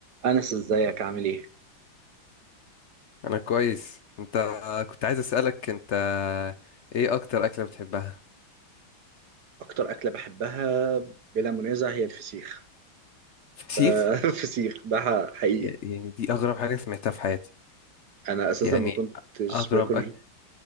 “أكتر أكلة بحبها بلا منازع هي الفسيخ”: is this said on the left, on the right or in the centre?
Right